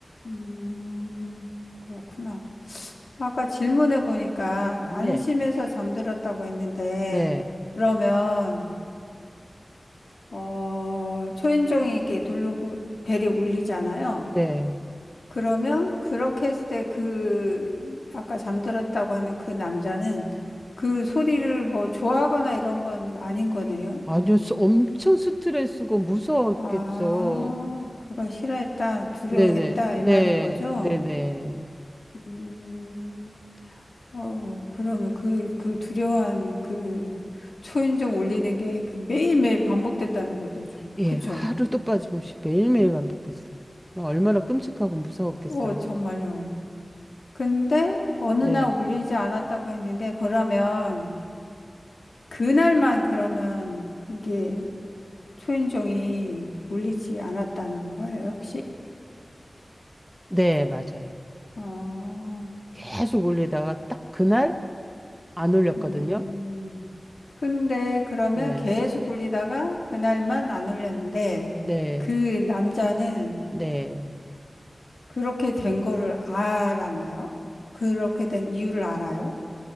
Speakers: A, on the left; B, in the centre.
A: 음, 그렇구나. 아까 질문해 보니까
B: 네,
A: 안심해서 잠들었다고 했는데,
B: 네,
A: 그러면, 어, 초인종이 이렇게 누르고 벨이 울리잖아요.
B: 네.
A: 그러면 그렇게 했을 때 그, 아까 잠들었다고 하는 그 남자는 그 소리를 뭐 좋아하거나 이런 건 아닌 거네요.
B: 아주 스- 엄청 스트레스고 무서웠겠죠.
A: 아, 그걸 싫어했다, 두려워했다,
B: 네, 네, 네,
A: 이 말인 거죠?
B: 네, 네.
A: 음. 어, 그러면 그, 그 두려운 그 초인종 올리는 게그 매일매일 반복됐다는 거죠.
B: 예,
A: 그쵸?
B: 하루도 빠짐없이 매일매일 반복됐어요. 얼마나 끔찍하고 무서웠겠어요.
A: 어, 정말요. 근데 어느
B: 네,
A: 날 올리지 않았다고 했는데, 그러면 그날만 그러면 이게 초인종이 올리지 않았다는 거예요, 혹시?
B: 네, 맞아요.
A: 어,
B: 계속 올리다가 딱 그날 안 올렸거든요.
A: 음. 근데 그러면
B: 네,
A: 계속 올리다가 그날만 안 올렸는데,
B: 네,
A: 그 남자는
B: 네.
A: 그렇게 된 거를 알았나요? 그렇게 된 이유를 알아요?